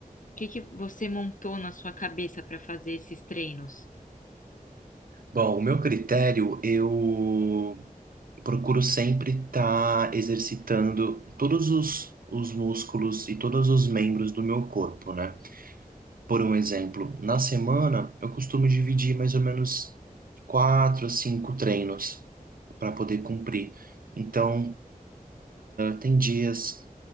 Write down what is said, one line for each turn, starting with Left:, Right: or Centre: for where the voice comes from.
Left: que que você montou na sua cabeça para fazer esses treinos?
Right: Bom, o meu critério, eu procuro sempre estar exercitando todos os, os músculos e todos os membros do meu corpo, né? Por um exemplo, na semana eu costumo dividir mais ou menos quatro a cinco treinos para poder cumprir. Então, Tem dias